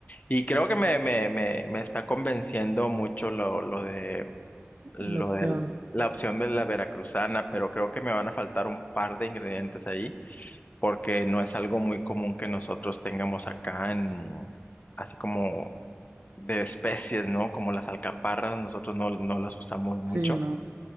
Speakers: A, on the left (about 40°); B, on the right (about 55°).
A: Y creo que me, me, me, me está convenciendo mucho lo, lo de lo
B: La opción.
A: del- la opción de la veracruzana, pero creo que me van a faltar un par de ingredientes ahí, porque no es algo muy común que nosotros tengamos acá en así como de especies, ¿no? Como las alcaparras, nosotros no, no las usamos mucho.
B: Sí, no.